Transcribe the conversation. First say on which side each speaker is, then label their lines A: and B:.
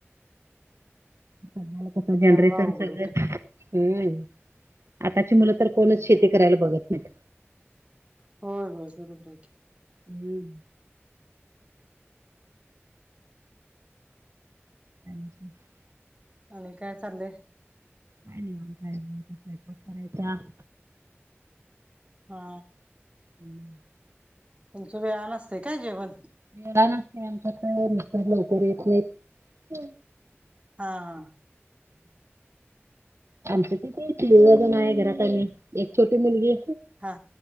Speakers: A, on the right; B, on the right.
A: <unintelligible> कस जनरेशन
B: त्यामुळे अवघड
A: सगळं हम्म. आताची मुलं तर
B: होतय
A: कोणच शेती करायला बघत नाहीत.
B: होय. होय. बरोबर हाय की.
A: हम्म. <inaudible>
B: आणि काय चाललंय?
A: काय निवांत हाय. स्वयंपाक करायचा.
B: हा.
A: ह <unintelligible>
B: तुमच वेळान नसतयं काय जेवण?
A: मेडा नसतंय आमच्यात नुसता लवकरच येतय.
B: हा. हा.
A: आमच किती? दोघंजन हाय घरात आम्ही. एक छोटी मुलगी.
B: हा